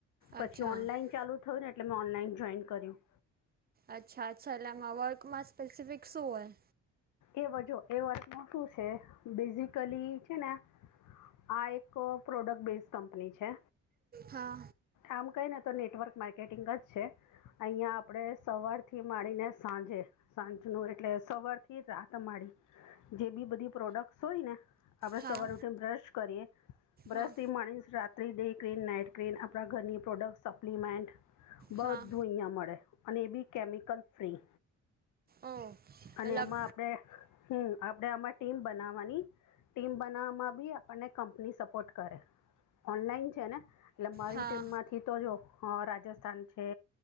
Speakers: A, on the left; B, on the right.
A: પછી
B: અચ્છા અચ્છા
A: ઓનલાઈન ચાલુ થયું ને એટલે મેં ઓનલાઈન જોઈન કર્યું.
B: અચ્છા અચ્છા. એટલે એમાં વર્કમાં સ્પેસિફિક શું હોય?
A: એ વજો એ વર્કમાં શું છે. બેઝિકલી છે ને. આ એક પ્રોડક્ટ બેઝ કંપની છે.
B: હા
A: આમ કઈને તો નેટવર્ક માર્કેટિંગ જ છે અહીયાં આપણે સવારથી માળીને સાંજે સાંજ નું એટલે સવારથી એ રાત અમાડી જે બી બધી પ્રોડક્ટ્સ હોય ને આપડે
B: હા
A: સવારે ઉઠી બ્રશ કરીએ. બ્રશ
B: હા
A: થી માણીશ રા આપલી ડે ક્રીન, નાઈટ ક્રીન આપણા ઘરની પ્રોડક્ટ સપ્લિમેન્ટ બધું
B: હા
A: અહીંયા મળે. અને એ બી કેમિકલ ફ્રી
B: ઓ
A: અને
B: મતલબ
A: એમાં આપ હમ આપડે આમાં ટીમ બનાવવાની ટીમ બનાવવામાં બી અને કંપની સપોર્ટ કરે ઓનલાઈન છે ને એટલે મારી
B: હા
A: ટીમમાંથી તો જો હ રાજસ્થાન છે.